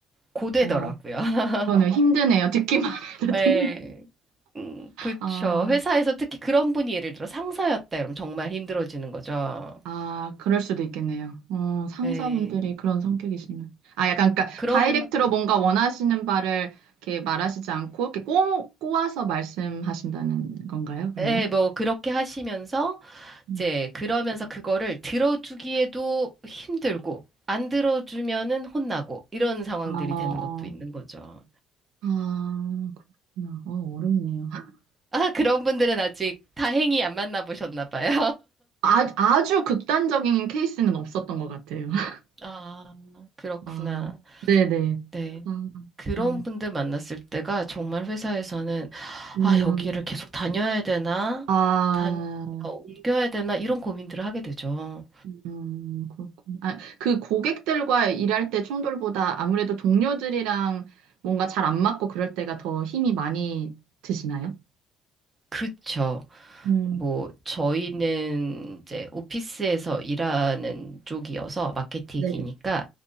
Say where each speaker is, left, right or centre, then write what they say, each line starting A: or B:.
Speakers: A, on the right; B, on the right.
A: 고되더라고요.
B: 어,
A: <laughs>
B: 그러네요. 힘드네요. 듣기만 <laughs> 해도
A: 네.
B: 힘,
A: 음, 그쵸.
B: 아,
A: 회사에서 특히 그런 분이 예를 들어 상사였다 그러면 정말 힘들어지는 거죠.
B: 아, 그럴 수도 있겠네요. 어, 상사분들이
A: 네.
B: 그런 성격이시면. 아, 약간, 그러니까,
A: 그럼,
B: 다이렉트로 뭔가 원하시는 바를 이렇게 말하시지 않고, 이렇게 꼬, 꼬아서 말씀하신다는 건가요, 그러면?
A: 예, 뭐, 그렇게 하시면서,
B: 음.
A: 이제, 그러면서 그거를 들어주기에도 힘들고, 안 들어주면은 혼나고, 이런 상황들이
B: 어,
A: 되는 것도 있는 거죠.
B: 아, 그렇구나. 어, 어렵네요. <laughs>
A: 아, 그런 분들은 아직 다행히 안 만나보셨나 봐요.
B: 아, 아주 극단적인 케이스는 없었던 것 같아요. <laughs>
A: 아, 그렇구나.
B: 아, 네네.
A: 네.
B: 아,
A: 그런
B: 음,
A: 분들 만났을 때가 정말 회사에서는,
B: 음,
A: 아, 여기를 계속 다녀야 되나?
B: 아,
A: 단, 어, 옮겨야 되나? 이런 고민들을 하게 되죠.
B: 음, 그렇군. 아, 그 고객들과 일할 때 충돌보다 아무래도 동료들이랑 뭔가 잘 안 맞고 그럴 때가 더 힘이 많이 드시나요?
A: 그쵸.
B: 음,
A: 뭐, 저희는 이제 오피스에서 일하는 쪽이어서 마케팅이니까,
B: 네,